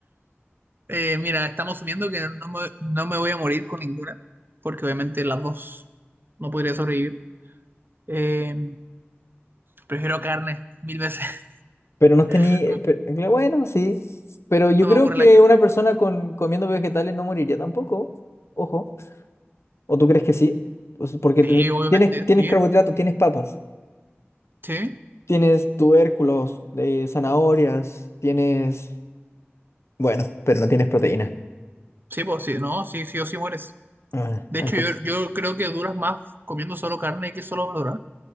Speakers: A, on the right; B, on the left.
A: Eh, mira, estamos asumiendo que no me, no me voy a morir con ninguna, porque obviamente las dos no podría sobrevivir. Eh, prefiero carne, mil veces.
B: Pero no tenía,
A: <laughs> No,
B: bueno, sí. Pero yo
A: no
B: creo
A: me aburre
B: que
A: la carne.
B: una persona con, comiendo vegetales no moriría tampoco. Ojo. ¿O tú crees que sí? Pues porque
A: Sí,
B: ten-
A: obviamente,
B: tienes, tienes
A: sí,
B: carbohidratos, tienes papas,
A: sí,
B: tienes tubérculos, eh, zanahorias, tienes... Bueno, pero no tienes proteína.
A: sí, pues sí, no, sí, sí o sí mueres.
B: Ah,
A: De
B: entonces,
A: hecho, yo, yo creo que duras más comiendo solo carne que solo verdura.